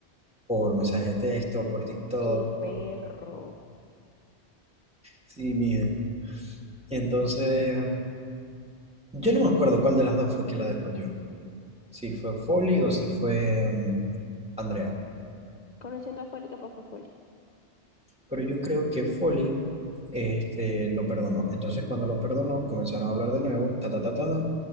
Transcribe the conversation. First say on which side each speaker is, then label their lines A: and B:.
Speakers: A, in the centre; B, on the left.
A: por mensaje de texto, por TikTok,
B: ¡Qué
A: por...
B: perro!
A: Sí, mija. Entonces, yo no me acuerdo cuál de las dos fue que la desbloqueó. Si fue Folly o si fue mm, Andrea.
B: Conociendo a Folly, capaz fue Folly.
A: pero yo creo que Foley este, lo perdonó. Entonces, cuando lo perdonó, comenzaron a hablar de nuevo, ta, ta, ta, ta, ta,